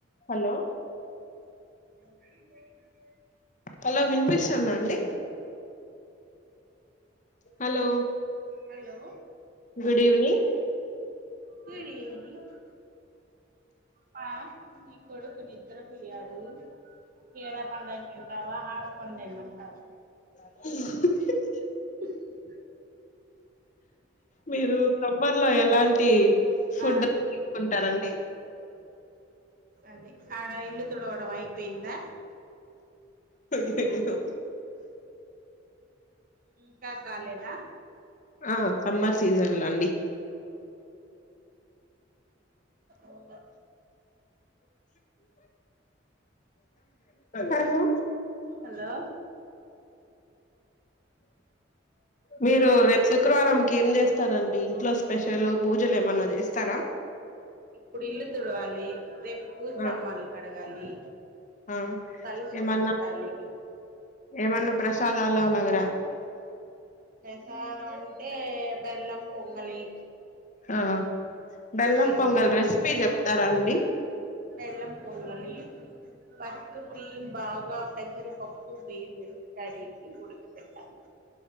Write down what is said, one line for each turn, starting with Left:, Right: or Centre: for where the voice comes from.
Left: Hello
Right: <unintelligible>
Left: hello వినిపిస్తుందా అండి hello
Right: hello
Left: good evening
Right: good evening పా నీ కొడుకు నిద్రపోయాడు ఈడ పండేయమంటావా ఆడ పండేయమంటావా
Left: <unintelligible>
Right: <unintelligible>
Left: మీరు సమ్మర్ లో ఎలాంటి ఫుడ్
Right: ఆ
Left: తీసుకుంటారండి
Right: అదే ఆడ ఇల్లు తుడవడం అయిపోయిందా
Left: అయ్యయ్యో
Right: ఇంకా కాలేదా
Left: ఆ సమ్మర్ సీజన్ లో అండి
Right: ఓ
Left: హలో
Right: హలో
Left: మీరు రేపు శుక్రవారం కి ఏం చేస్తారంండి ఇంట్లో స్పెషల్ పూజలు ఏమన్నా చేస్తారా
Right: ఇప్పుడు ఇల్లు తుడవాలి రేపు పూజసామాన్లు
Left: ఆ
Right: కడగాలి
Left: ఆ
Right: కలశం
Left: ఏమన్నా
Right: పెట్టాలి
Left: ఏమన్నా ప్రసాదలు అలగ
Right: ప్రసాదం అంటే బెల్లం పొంగలి
Left: ఆ బెల్లం
Right: పన్నం
Left: పొంగల్ రెసిపీ చెప్తారా అండి
Right: బెల్లం పొంగలి ఫస్ట్ బియ్యంబాగా పెసల్ పప్పు బియ్యం వేసి కడిగి ఉడకబెట్టాలి